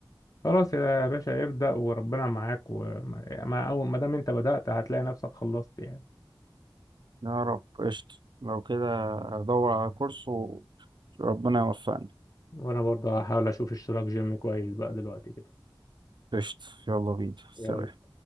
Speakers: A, on the left; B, on the right.
A: خلاص يا باشا ابدأ وربنا معاك وما ما- أول ما دام أنت بدأت هتلاقي نفسك خلصت يعني
B: يا رب قشطة لو كده أدور على كورس وربنا يوفقني
A: وأنا برضه هحاول أشوف اشتراك جيم كويس بقى دلوقتي كده
B: قشطة يلا بينا سلام
A: يلا